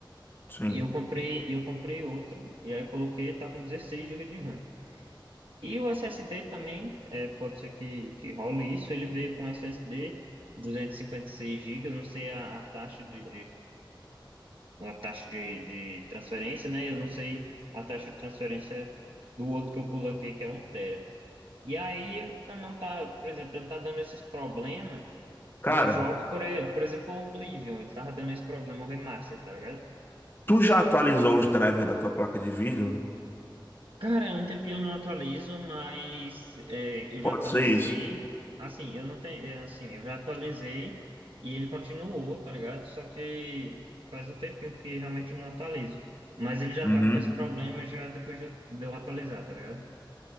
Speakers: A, on the left; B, on the right.
A: Sim.
B: E eu comprei, eu comprei outro, e aí coloquei, tá com 16 gigas de RAM. E o SSD também, é, pode ser que, que role isso, ele veio com SSD seis gigas, não sei a, a taxa de, uma taxa de, de transferência, né? Eu não sei a taxa de transferência do outro que eu coloquei, que é um tera. E aí ele tá- não tá, por exemplo, ele tá dando esses problemas
A: Cara,
B: em jogos, por, e- por exemplo, o Oblivion, ele tava dando esse problema no remaster, tá ligado?
A: tu já atualizou os drivers da tua placa de vídeo?
B: Cara, é um tempinho eu não atualizo, mas é, eu já
A: Pode
B: atualizei.
A: ser isso.
B: Assim, eu não tenho. é, Assim, eu já atualizei e ele continuou, tá ligado? Só que faz um tempinho que realmente eu não atualizo. Mas ele já
A: Uhum.
B: tava com esse problema já depois de eu de eu atualizar, tá ligado?